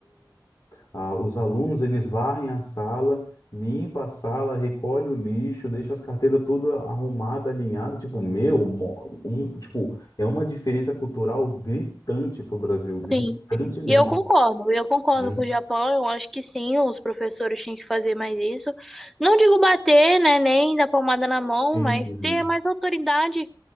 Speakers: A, on the left; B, in the centre.
A: Ah, os alunos eles varrem a sala, limpa a sala, recolhe o lixo, deixa as carteiras toda arrumada, alinhada. Tipo, meu, mo- um- tipo, é uma diferença cultural gritante pro Brasil, gritante
B: Sim.
A: mesmo,
B: E eu concordo, eu concordo
A: né?
B: com o Japão, eu acho que sim, os professores tinham que fazer mais isso. Não digo bater, né, nem dar palmada na mão,
A: Sim,
B: mas
A: sim,
B: ter
A: sim.
B: mais autoridade